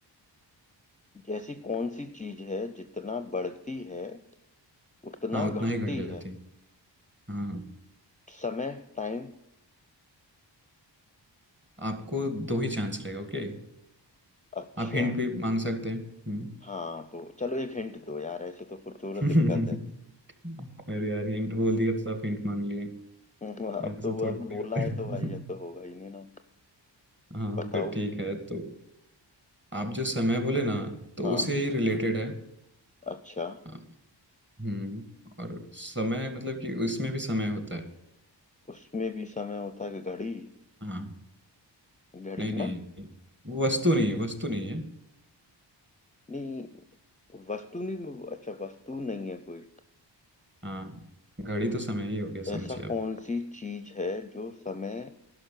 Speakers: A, on the left; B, on the right.
A: ऐसी कौन सी चीज है जितना बढ़ती है उतना
B: हाँ उतना
A: घटती
B: ही घट जाती
A: है
B: है हाँ हाँ।
A: समय टाइम
B: आपको दो ही चांस रहेगा ओके
A: अच्छा
B: आप हिंट भी मांग सकते हैं हम्म।
A: हाँ तो चलो एक हिंट दो यार ऐसे तो फिर थोड़ा
B: <laughs>
A: दिक्कत है
B: अरे यार हिंट बोल दिया तो आप हिंट मांग लिए
A: हम्म, अब
B: ऐसा
A: तो वो
B: थोड़ी
A: आपने बोला
B: होता
A: है
B: है
A: तो भाई अब तो होगा ही नहीं ना
B: <laughs> हाँ
A: बताओ
B: फिर ठीक है तो आप जो समय बोले ना तो
A: हाँ
B: उसे ही रिलेटेड है
A: अच्छा
B: हाँ, हम्म और समय मतलब कि उसमें भी समय होता है
A: उसमें भी समय होता है कि घड़ी
B: हाँ
A: घड़ी
B: नहीं
A: ना
B: नहीं वो वस्तु नहीं है वस्तु नहीं है
A: नहीं वस्तु नहीं अच्छा वस्तु नहीं है कोई
B: हाँ घड़ी तो समय ही हो गया समझिए
A: ऐसा
B: आप
A: कौन सी चीज है जो समय